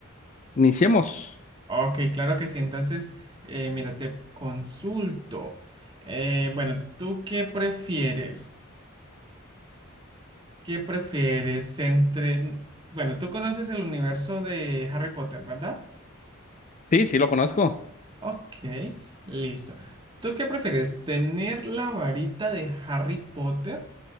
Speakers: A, on the left; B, on the right.
A: Iniciemos.
B: Ok, claro que sí. Entonces, eh, mira, te consulto. Eh, bueno, ¿tú qué prefieres? ¿Qué prefieres entre... Bueno, tú conoces el universo de Harry Potter, ¿verdad?
A: Sí, sí, lo conozco.
B: Ok, listo. ¿Tú qué prefieres? ¿Tener la varita de Harry Potter